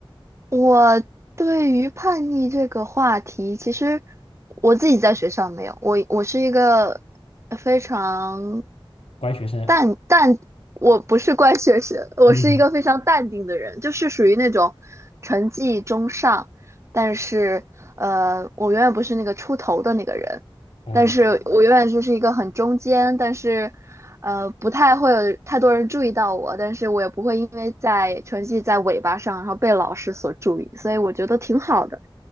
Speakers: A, on the right (about 30°); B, on the left (about 85°).
A: 我对于叛逆这个话题，其实我自己在学校没有，我我是一个非常
B: 乖学生，
A: 淡淡，我不是乖学生，我是一个非常淡定的人，
B: 还是
A: 就是属于那种成绩中上，但是呃，我永远不是那个出头的那个人。
B: 嗯，
A: 但是我永远就是一个很中间，但是，呃，不太会有太多人注意到我，但是我也不会因为在成绩在尾巴上，然后被老师所注意，所以我觉得挺好的。